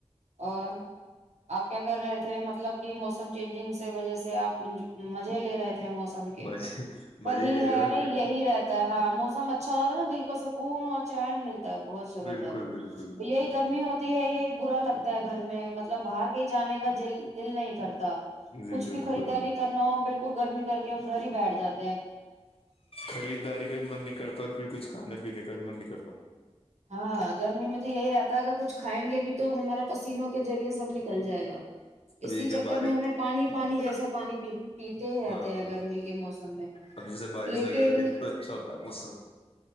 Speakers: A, on the right (about 80°); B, on the left (about 55°).
A: اور <unintelligible> آپ کیا کر رہے تھے مطلب کہ موسم چینجنگ سے وجہ سے آپ مزے لے رہے تھے موسم کے
B: مزے
A: وہی
B: مزے ہی لے
A: ہے
B: رہے ہو اور
A: نہیں
B: کیا
A: یہی
B: کریں۔
A: رہتا ہے ہاں موسم اچھا ہوتا تھا نا د کو سکون اور چین ملتا <unintelligible> بہت زبردست
B: بالکل بالکل بالکل
A: یہی <unintelligible> ہوتی ہے یہی برا لگتا ہے گھر میں مطلب باہر کہیں جانے کال دل نہیں کرتا
B: جی
A: کچھ
B: بالکل
A: بھی خریداری کرنا ہو بالکل گرمی کر کے ہم گھر ہی بیٹھ جاتا <inaudible>
B: خریدداری کا بھی من نہیں کرتا اور پھر کچھ کھانے پینے کا بھی من نہیں کرتا <inaudible>
A: ہاں گرمی میں تو یہی رہتا ہے اگر کچھائیں گے بھی <inaudible> تو ہمارا پسینوں کے ذریعے سے سب نکل جائے گا
B: اب
A: اسی
B: یہ کیا
A: چکر
B: بارش
A: میں ہمیں پانی پانی جیسا پانی پیتے ہی رہتے
B: ہاں ہاں،
A: ہیں گرمی کے موسم میں
B: اب جیسے بارش
A: لیکن
B: وغیرہ ہوتی ہے نا، تو اچھا ہوتا ہے موسم